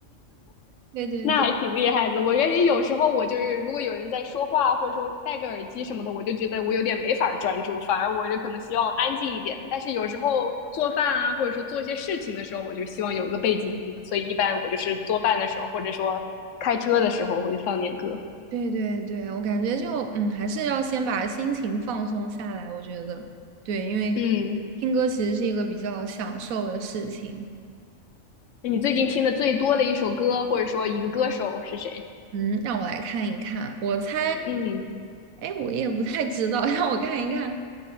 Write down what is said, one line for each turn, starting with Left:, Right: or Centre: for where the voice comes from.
Right: <laughs> 对对对。
Left: 那还挺厉害的。我感觉有时候我就是，如果有人在说话，或者说戴个耳机什么的，我就觉得我有点没法儿专注，反而我就可能希望安静一点。但是有时候做饭啊，或者说做一些事情的时候，我就希望有个背景音，所以一般我就是做饭的时候，或者说开车的时候，我就放点歌。
Right: 对对对，我感觉就嗯，还是要先把心情放松下来。我觉得对，因为
Left: 嗯，
Right: 听歌其实是一个比较享受的事情。
Left: 你最近听的最多的一首歌，或者说一个歌手是谁？
Right: 嗯，让我来看一看，我猜，
Left: 嗯，
Right: 哎，我也不太知道，<laughs> 让我看一看，